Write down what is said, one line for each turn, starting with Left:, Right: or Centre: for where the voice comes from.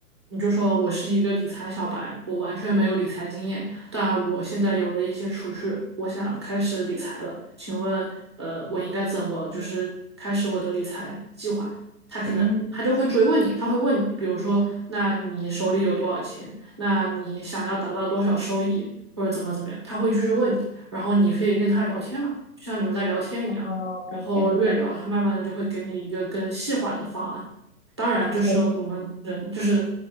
Right: 你就说我是一个理财小白，我完全没有理财经验，但我现在有了一些储蓄，我想开始理财了，请问，呃，我应该怎么就是开始我的理财计划？他可能他就会追问你，
Left: 嗯，
Right: 他会问你，比如说，那你手里有多少钱？那你想要达到多少收益，或者怎么怎么样？他会继续问你，然后你可以跟他聊天嘛，就像你们在聊天一样。
Left: 哦，OK
Right: 然后越聊，
Left: OK，
Right: 它慢慢的就会给你一个更细化的方案。当然，就是我们人，
Left: 可以。
Right: 就是